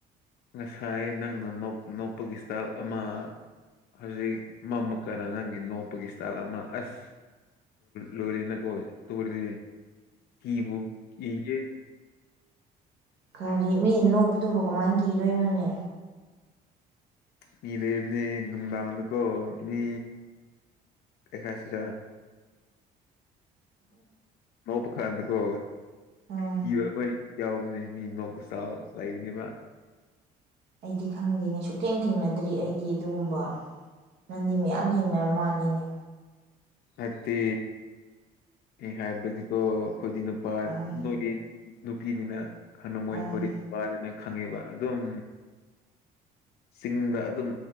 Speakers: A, on the left; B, on the right.
A: ꯉꯁꯥꯏ ꯅꯪꯅ ꯅꯣꯞꯄꯒꯤ ꯁ꯭ꯇꯥꯏꯜ ꯑꯃ ꯍꯧꯖꯤꯛ ꯃꯃꯀꯅ ꯅꯪꯒꯤ ꯅꯣꯞꯄꯒꯤ ꯁ꯭ꯇꯥꯜ ꯑꯃ ꯑꯁ ꯂꯣꯏꯔꯤꯅ ꯀꯣ ꯇꯧꯔꯤꯗꯤ ꯀꯤꯕꯨ ꯀꯤꯒ‌ꯦ
B: ꯀꯥꯔꯤ ꯃꯤꯅ ꯅꯣꯛꯄꯗꯨꯕꯨ ꯀꯃꯥꯏꯅ ꯀꯤꯗꯣꯏꯅꯣꯅꯦ
A: ꯃꯤ ꯂꯩꯕꯅ‌ꯦ ꯅꯨꯡꯗꯥꯡꯗꯀꯣ ꯃꯤ ꯀꯩ ꯍꯥꯏꯁꯤꯔ ꯅ‌ꯣꯛꯄ ꯈꯥꯟꯗꯀꯣ
B: ꯎꯝ
A: ꯀꯤꯕ ꯈ‌ꯣꯏ ꯌꯥꯎꯕꯅꯦ ꯃꯤ ꯅ‌ꯣꯛꯀ ꯁꯥ ꯂꯩꯕꯅꯦꯕ
B: ꯑꯩꯗꯤ ꯈꯪꯗꯦꯅꯦ ꯁꯨꯛꯊꯦꯡ ꯊꯦꯡꯅꯗ꯭ꯔꯤ ꯑꯩꯗꯤ ꯑꯗꯨꯒꯨꯝꯕ ꯅꯪꯗꯤ ꯃꯌꯥꯝ ꯊꯦꯡꯅꯔ ꯃꯥꯜꯂꯤꯅꯦ
A: ꯍꯥꯏꯕꯗꯤ ꯍꯥꯏꯕꯗꯤꯀꯣ ꯈ‌ꯣꯏꯗꯤ ꯅꯨꯄꯥ
B: ꯑꯥ
A: ꯅ‌ꯣꯏꯗꯤ ꯅꯨꯄꯤꯅꯤꯅꯍꯥꯟꯅ ꯃ‌ꯣꯏ
B: ꯑꯥ
A: ꯀ‌ꯣꯔꯤꯛ ꯅꯨꯄꯥꯅꯤꯅ ꯈꯪꯉꯤꯕ ꯑꯗꯨꯝ ꯆꯤꯡꯗ ꯑꯗꯨꯝ